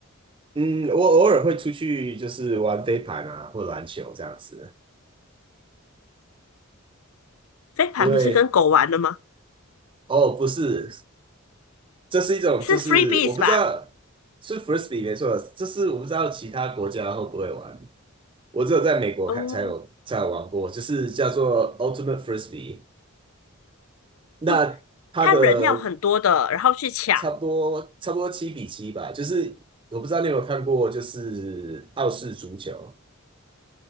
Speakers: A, on the right; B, on the left.
A: 嗯，我偶尔会出去，就是玩飞盘啊，或篮球这样子。
B: 飞盘不是跟狗玩的吗？
A: 因为哦，不是，这是一种，
B: 是
A: 就是我不知道是
B: freebies 吧？
A: frisbee 没错，这是我不知道其他国家会不会玩。我只有在美国看才有才有玩过，
B: 哦
A: 就是叫做 Ultimate Frisbee。那它的
B: 哦，他人要很多的，然后去抢。
A: 差不多差不多七比七吧，就是我不知道你有没有看过，就是澳式足球。